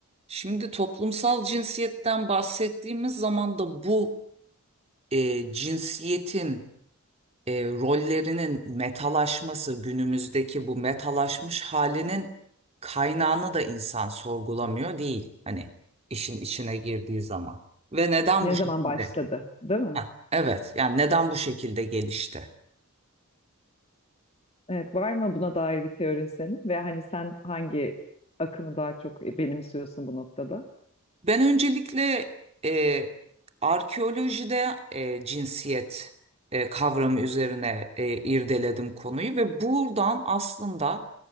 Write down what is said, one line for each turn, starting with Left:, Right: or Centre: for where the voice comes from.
Right: Şimdi toplumsal cinsiyetten bahsettiğimiz zaman da bu e, cinsiyetin e, rollerinin metalaşması, günümüzdeki bu metalaşmış halinin kaynağını da insan sorgulamıyor değil. Hani işin içine girdiği zaman. Ve neden
Left: Ne
Right: bu şekilde?
Left: zaman başladı, değil mi?
Right: Heh, evet, yani neden bu şekilde gelişti?
Left: Evet, var mı buna dair bir teorin senin? Ve hani sen hangi akımı daha çok benimsiyorsun bu noktada?
Right: Ben öncelikle e, arkeolojide e, cinsiyet e, kavramı üzerine e, irdeledim konuyu ve buradan aslında